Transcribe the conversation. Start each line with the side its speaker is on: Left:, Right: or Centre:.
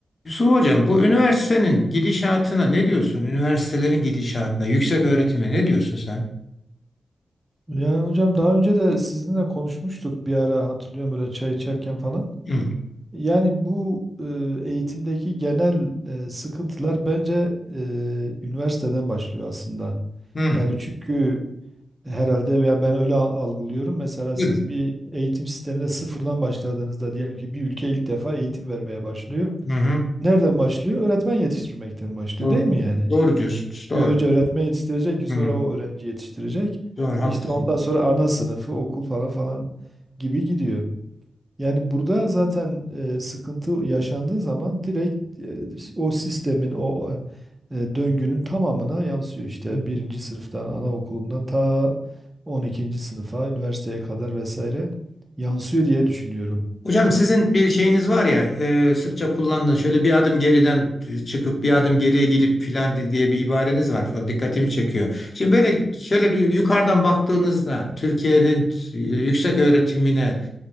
Left: Yusuf Hocam, bu üniversitenin gidişatına ne diyorsun? Üniversitelerin gidişatına, yüksek öğretime ne diyorsun sen?
Right: Yani hocam daha önce de sizinle konuşmuştuk bir ara hatırlıyorum böyle çay içerken falan.
Left: Hı,
Right: Yani bu e, eğitimdeki genel e, sıkıntılar bence e, üniversiteden başlıyor aslında.
Left: hı,
Right: Yani çünkü herhalde ya ben öyle al- algılıyorum. Mesela
Left: buyurun.
Right: siz bir eğitim sistemine sıfırdan başladığınızda diyelim ki bir ülke ilk defa eğitim vermeye başlıyor.
Left: Hı hı.
Right: Nereden başlıyor? Öğretmen yetiştirmekten başlıyor
Left: Doğru.
Right: değil mi yani?
Left: Doğru diyorsunuz. Doğru.
Right: Bir önce öğretmen yetiştirecek ki sonra
Left: Hı,
Right: o öğrenci yetiştirecek.
Left: doğru, haklısın.
Right: İşte ondan sonra ana sınıfı, okul falan falan gibi gidiyor. Yani burada zaten e, sıkıntı yaşandığı zaman direkt e, o sistemin, o e, döngünün tamamına yansıyor. İşte
Left: Hı hı.
Right: birinci sınıftan, anaokulundan ta on ikinci sınıfa, üniversiteye kadar vesaire yansıyor diye düşünüyorum.
Left: Hocam sizin bir şeyiniz var ya, e, sıkça kullandığınız şöyle bir adım geriden çıkıp bir adım geriye gelip filan di- diye bir ibareniz var. Falan dikkatimi çekiyor. Şimdi böyle şöyle bir yukarıdan baktığınızda Türkiye'nin e, yüksek öğretimine